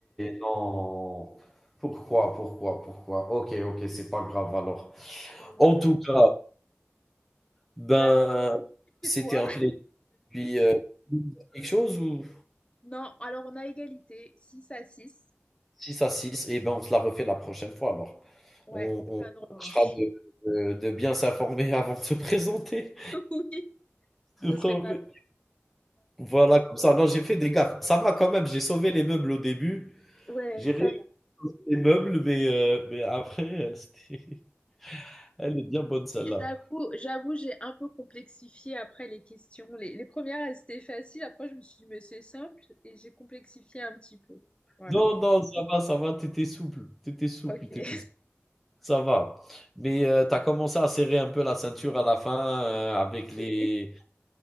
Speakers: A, in the centre; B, on the left.
A: non. Pourquoi, pourquoi, pourquoi? OK, OK, c'est pas grave alors.
B: Voilà.
A: En tout cas, ben,
B: Tu as le droit chez
A: c'était
B: toi.
A: un
B: <laughs>
A: plaisir. Puis, heu, quelque chose ou
B: Non, alors on a égalité, 6 à 6.
A: six à six. Et ben, on se la refait la prochaine fois alors.
B: Ouais,
A: On
B: on fera
A: on
B: une revanche.
A: tâchera de de de bien s'informer <laughs> avant de se présenter.
B: <laughs> Oui,
A: <laughs> Je
B: ce
A: te
B: serait
A: promets.
B: pas
A: Voilà, comme ça, non, j'ai fait des gaffes. Ça va quand même, j'ai sauvé les meubles au début.
B: Ouais,
A: J'ai
B: ça
A: réussi
B: va.
A: les meubles, mais heu, mais après, heu, c'était Elle est bien bonne celle-là.
B: Et J'avoue, j'avoue, j'ai un peu complexifié après les questions. Les, les premières, elles étaient faciles. Après, je me suis dit, mais c'est simple. Et j'ai complexifié un petit peu. Voilà.
A: Non, non, ça va, ça va, tu souple, tu souple,
B: OK.
A: tu souple, ça va. Mais tu as commencé à serrer un peu la ceinture à la fin, heu, avec les
B: <laughs>